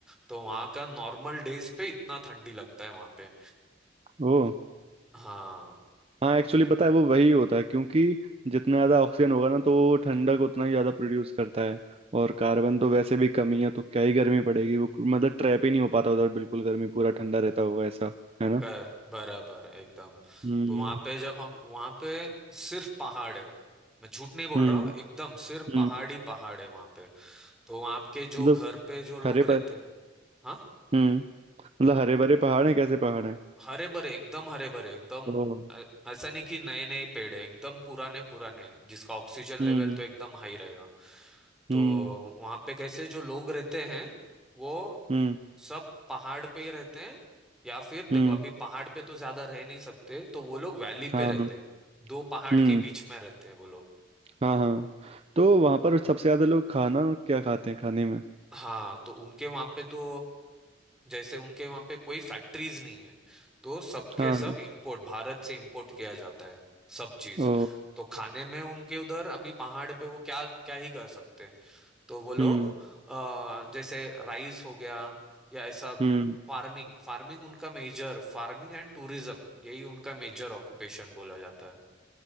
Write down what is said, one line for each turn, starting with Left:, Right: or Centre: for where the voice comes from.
Centre: तो वहाँ का नॉर्मल डेज पे इतना ठंडी लगता है वहाँ पे
Right: ओ
Centre: हाँ
Right: हाँ एक्चुअली पता है वो वही होता है क्योंकि जितना ज्यादा ऑक्सीजन होगा ना तो वो ठंडक उतना ही ज्यादा प्रोड्यूस करता है और कार्बन तो वैसे भी कमी है तो क्या ही गर्मी पड़ेगी वो मतलब ट्रैप ही नहीं हो पाता उधर बिल्कुल गर्मी पूरा ठंडा रहता होगा ऐसा है ना
Centre: कर बराबर एकदम
Right: हम्म
Centre: तो वहां पे जब हम वहां पे सिर्फ पहाड़ है मैं झूठ नहीं बोल
Right: हम्म
Centre: रहा हूँ एकदम सिर्फ
Right: हम्म
Centre: पहाड़ी पहाड़ है वहां पे तो वहां के जो
Right: मतलब
Centre: घर पे जो लोग
Right: हरे
Centre: रहते
Right: पर
Centre: हाँ
Right: हम्म मतलब हरे भरे पहाड़ हैं कैसे पहाड़ हैं
Centre: हरे भरे एकदम हरे भरे एकदम
Right: तो
Centre: अ- ऐसा नहीं कि नए नए पेड़ है एकदम पुराने पुराने हैं, जिसका ऑक्सीजन लेवल
Right: हम्म
Centre: तो एकदम हाई रहेगा तो
Right: हम्म
Centre: वहां पे कैसे जो लोग रहते हैं वो
Right: हम्म
Centre: सब पहाड़ पे ही रहते हैं या फिर देखो
Right: हम्म
Centre: अभी पहाड़ पे तो ज्यादा रह नहीं सकते तो वो लोग वैली
Right: हाँ
Centre: पे रहते हैं दो पहाड़
Right: हम्म
Centre: के बीच में रहते हैं वो लोग
Right: हाँ हाँ तो वहां पर सबसे ज्यादा लोग खाना क्या खाते हैं खाने में
Centre: हाँ तो उनके वहां पे तो जैसे उनके वहां पे कोई फैक्ट्रीज नहीं है तो सबके
Right: हाँ
Centre: सब इंपोर्ट भारत से इंपोर्ट किया जाता है सब चीज
Right: ओ
Centre: तो खाने में उनके उधर अभी पहाड़ पे वो क्या क्या ही कर सकते हैं तो वो लोग
Right: हम्म
Centre: अ, जैसे राइस हो गया या ऐसा
Right: हम्म
Centre: फार्मिंग फार्मिंग उनका मेजर फार्मिंग एंड टूरिज्म यही उनका मेजर ऑक्यूपेशन बोला जाता है